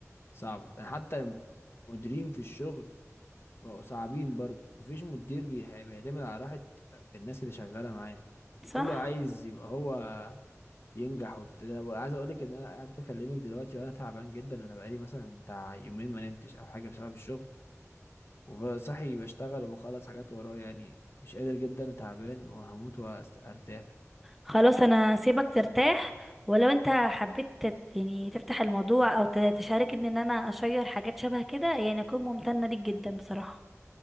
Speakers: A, on the left; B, in the centre.
A: صعبة يعني حتى المديرين في الشغل بقوا صعبين برضه مفيش مدير بيح- بيعتمد على راحة الناس اللي شغالة معاه
B: صح؟
A: كله عايز يبقى هو ينجح وبتاع ده أنا عايز اقول لك ان انا قاعد بكلمك دلوقتي وانا تعبان جدا انا بقالي مثلا بتاع يومين ما نمتش او حاجه بسبب الشغل وصحي بشتغل وبخلص حاجات ورايا يعني مش قادر جدا تعبان وهموت وارتاح
B: خلاص انا سيبك ترتاح ولو انت حبيت تت يعني تفتح الموضوع او ت- تشاركني ان انا اشير حاجات شبه كده يعني اكون ممتنة ليك جدا بصراحة